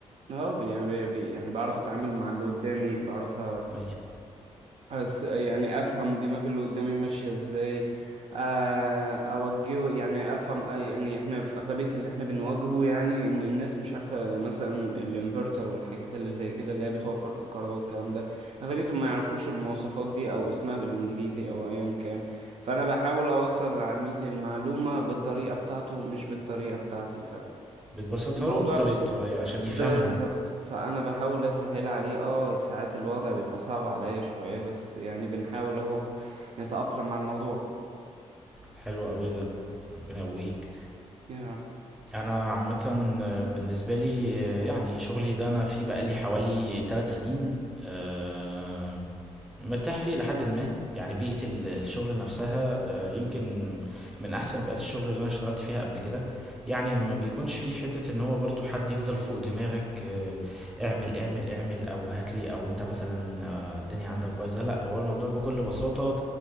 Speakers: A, on the right; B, in the centre.
A: اه يعني بي بي- يعني بعرف اتعامل مع اللي قدامي بعرف أ-
B: ايوه
A: أس يعني افهم دماغ اللي قدامي ماشية ازاي آه، اوجهه يعني افهم آه، يعني احنا في اغلبية اللي احنا بنواجهه يعني ان الناس مش عارفة مثلا الانفرتر والحاجات اللي زي كده اللي هي بتوفر في الكهرباء والكلام ده اغلبيتهم ما يعرفوش المواصفات دي او اسمها بالانجليزي او ايا كان فانا بحاول اوصل للعميل المعلومة بالطريقة بتاعته مش بالطريقة بتاعتي
B: بتبسطها
A: فالموضوع
B: له بطريقته ايوه عشان
A: بالظبط
B: يفهمها
A: فانا بحاول اسهل عليه اه ساعات الوضع بيبقى صعب عليا شوية بس يعني بنحاول اهو نتأقلم مع الموضوع
B: حلو قوي ده ربنا يقويك
A: يعني
B: انا عامه آه، بالنسبه لي آه، يعني شغلي ده انا فيه بقالي حوالي 3 سنين آه، مرتاح فيه إلى حد ما يعني بيئة ال- الشغل نفسها آه، يمكن من أحسن بيئات الشغل اللي أنا اشتغلت فيها قبل كده يعني ما بيكونش فيه حتة إن هو برضو حد يفضل فوق دماغك آه، اعمل اعمل اعمل أو هاتلي أو أنت مثلا آه، الدنيا عندك بايظة لأ هو الموضوع بكل بساطة